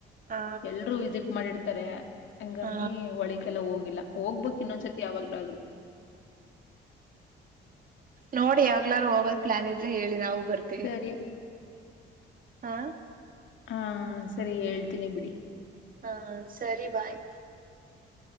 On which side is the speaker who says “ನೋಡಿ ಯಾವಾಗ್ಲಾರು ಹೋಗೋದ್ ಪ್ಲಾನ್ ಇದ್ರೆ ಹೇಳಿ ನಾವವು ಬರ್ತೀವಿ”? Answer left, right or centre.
Right